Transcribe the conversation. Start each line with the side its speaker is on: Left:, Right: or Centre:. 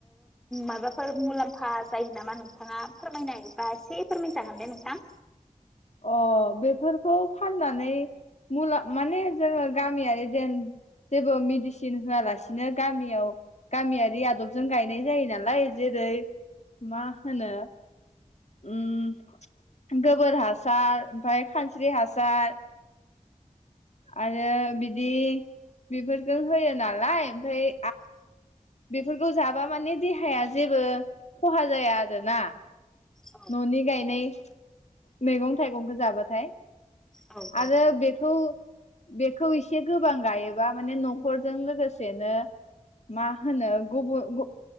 Centre: माबाफोर मुलाम्फा जायो नामा नोंथाङा फोरमाय जबा एसे फोरमाय जागोन दे नोंथां
Left: अ बेफोरखौ फाननानै मुला माने जोंङो गामियारि जेन जेबो मेडिसिन होआलासिनो गामियाव गामियारि आदबजों गायनाय जायो नालाय जेरै मा होनो उम गोबोर हासार ओमफफ्राय खानस्रि हासार आरो बिदि बेफोरखौ होयो नालाय ओमफफ्राय बेफोरखौ जाबा माने देहाया जेबो खहा जाया आरोना
Centre: औ
Left: न'नि गायनाय मैगं थाइगंखौ जाबाथाय
Centre: औ औ
Left: आरो बेखौ बेखौ एसे गोबां गायोबा माने न'खरजों लोगोसेनो मा होनो गबुन